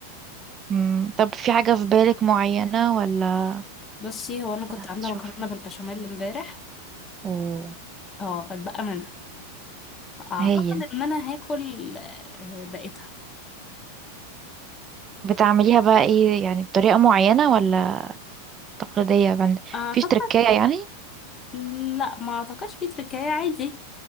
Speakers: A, on the right (about 25°); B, on the left (about 25°).
A: مم. طب في حاجة في بالك معينة ولا
B: بصي هو انا كنت
A: هتشوفي؟
B: عاملة مكرونة بالبشاميل امبارح
A: اوه
B: اه فاتبقى منها اعتقد
A: هايل
B: ان انا هاكل آه، بقيتها
A: بتعمليها بقى ايه يعني بطريقة معينة ولا تقليدية بند
B: اعتقد
A: مفيش تركية يعني؟
B: لا ما اعتقدش في تركاية عادي